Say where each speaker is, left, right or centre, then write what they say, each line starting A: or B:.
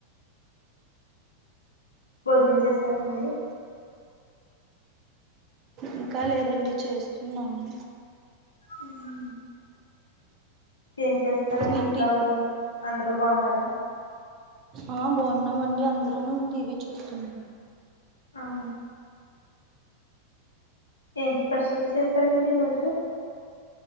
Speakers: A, on the left (about 75°); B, on the right (about 35°).
A: భోజనం చేస్తారంండి
B: ఇంకా లేదండి చేస్తున్నాము
A: ఓహ ఏం చేస్తున్నారండి
B: మీటి
A: ఇంట్లో వాళ్ళు అందరు బాగున్నారా
B: ఆ బాగున్నామ అండి అందరం టీవీ చూస్తున్నా
A: అవు ఏం స్పూస్ చేస్తారండి ఈరోోజు